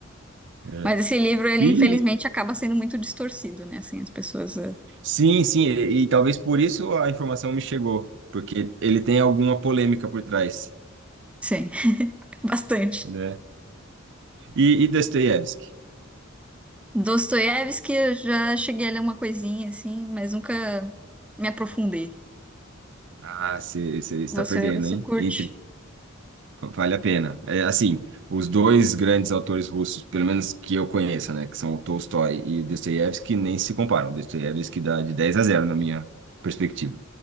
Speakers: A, on the right (about 60°); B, in the centre.
A: É.
B: Mas esse livro, ele
A: E
B: infelizmente acaba sendo muito distorcido, né? Assim, as pessoas. eh,
A: sim, sim, e, e talvez por isso a informação me chegou, porque ele tem alguma polêmica por trás,
B: Sim, <laughs> bastante.
A: né? E, e Dostoiévski?
B: Dostoiévski, eu já cheguei a ler uma coisinha, assim, mas nunca me aprofundei.
A: Ah, você está
B: Você,
A: perdendo,
B: você
A: hein?
B: curte?
A: Entre- vale a pena. É, assim, os dois grandes autores russos, pelo menos que eu conheça, né, que são o Tolstói e o Dostoiévski, nem se comparam. Dostoiévski dá de 10 a zero na minha perspectiva.